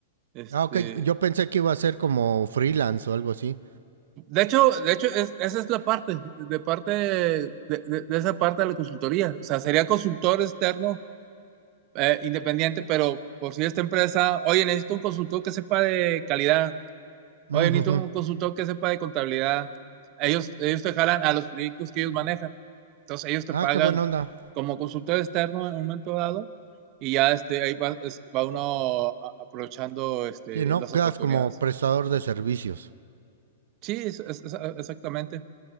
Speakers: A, on the right; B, on the right.
A: Este,
B: Ah, ok. Yo pensé que iba a ser como freelance o algo así.
A: de hecho, de hecho es- esa es la parte, de parte de, de- de esa parte de la consultoría. O sea, sería consultor externo, eh, independiente, pero por si esta empresa, oye, necesito un consultor que sepa de calidad. Oye,
B: Mm,
A: necesito
B: ujú.
A: un consultor que sepa de contabilidad. Ellos, ellos te jalan a los proyectos que ellos manejan. Entonces, ellos te
B: Ah,
A: pagan
B: qué buena onda.
A: como consultor externo en un momento dado y ya este, ahí va, es- va uno a- aprovechando este,
B: Sí, no,
A: las
B: quedas
A: oportunidades.
B: como prestador de servicios.
A: Sí, es- es- es- exactamente.